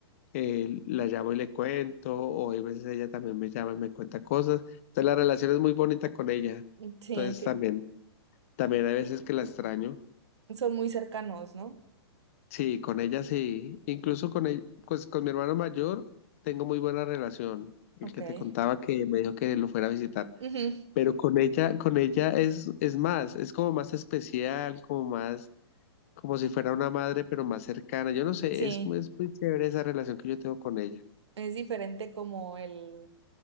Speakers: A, on the left; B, on the right.
A: eh, la llamo y le cuento. O hay veces ella también me llama y me cuenta cosas. Entonces la relación es muy bonita con ella.
B: mm, sí,
A: Entonces
B: ti-
A: también, también hay veces que la extraño.
B: son muy cercanos, ¿no?
A: Sí, con ella sí. Incluso con ella, pues con mi hermano mayor tengo muy buena relación. El
B: Ok.
A: que te contaba que me dijo que lo fuera a visitar.
B: Ujú,
A: Pero con ella, con ella es, es más, es como más especial, como más, como si fuera una madre, pero más cercana. Yo no sé,
B: Sí,
A: es, muy- es muy chévere esa relación que yo tengo con ella.
B: es diferente como el,